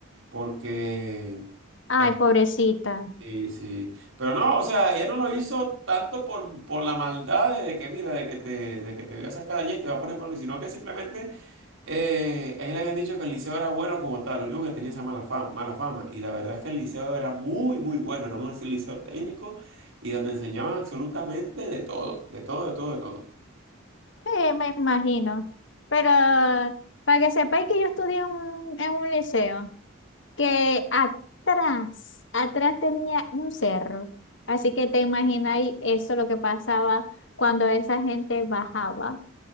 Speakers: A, on the right; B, on the left.
A: porque, eh,
B: Ay, pobrecita.
A: sí, sí, pero no, o sea, ella no lo hizo tanto por, por la maldad de que, mira, de que te, de que te voy a sacar de allí y te va a poner por, sino que simplemente eh, a él le habían dicho que el liceo era bueno como tal, lo único que tenía esa mala fama, mala fama. Y la verdad es que el liceo era muy, muy bueno, era un liceo técnico y donde enseñaban absolutamente de todo, de todo, de todo, de todo.
B: Sí, me imagino. Pero para que sepáis que yo estudié en un, en un liceo, que atrás, atrás tenía un cerro. Así que te imagináis eso lo que pasaba cuando esa gente bajaba.